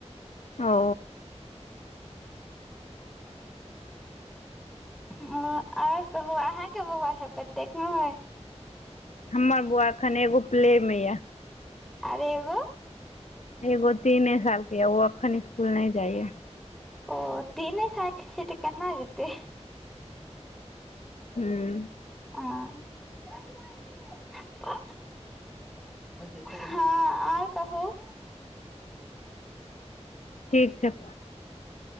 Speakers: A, on the left; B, in the centre.
A: ओ
B: ह आर कहु अहाँके बौआ सब कतेक में अय?
A: हमर बौआ एखन एगो प्लेमे।
B: आर एगो?
A: एगो तीने साल के ये ओ अखन स्कूल नै जाइये।
B: ओ तीने साल के छै त केना जेतै।
A: हूँ
B: आ हँ और कहू?
A: ठीक छै।